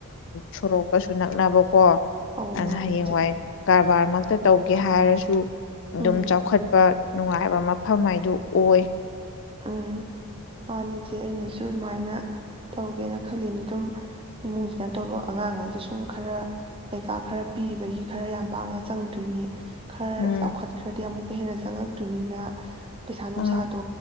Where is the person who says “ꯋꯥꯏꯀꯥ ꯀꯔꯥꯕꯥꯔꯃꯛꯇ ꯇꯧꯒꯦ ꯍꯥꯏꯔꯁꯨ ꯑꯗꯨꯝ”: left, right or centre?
Left